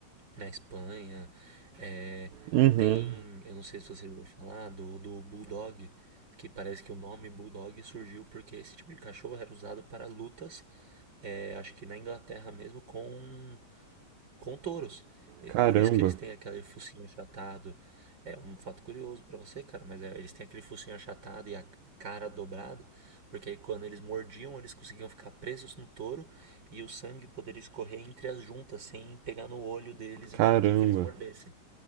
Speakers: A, on the right; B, on the right.
A: na Espanha. É,
B: Uhum.
A: tem, eu não sei se você já ouviu falar, do, do Bulldog, que parece que o nome Bulldog surgiu porque esse tipo de cachorro era usado para lutas, é, acho que na Inglaterra mesmo, com com touros. É
B: Caramba,
A: por isso que eles têm aquele focinho achatado. É um fato curioso pra você, cara, mas é, eles têm aquele focinho achatado e a cara dobrada, porque aí quando eles mordiam, eles conseguiam ficar presos no touro e o sangue poderia escorrer entre as juntas sem pegar no olho deles e
B: caramba.
A: impedir que eles mordessem.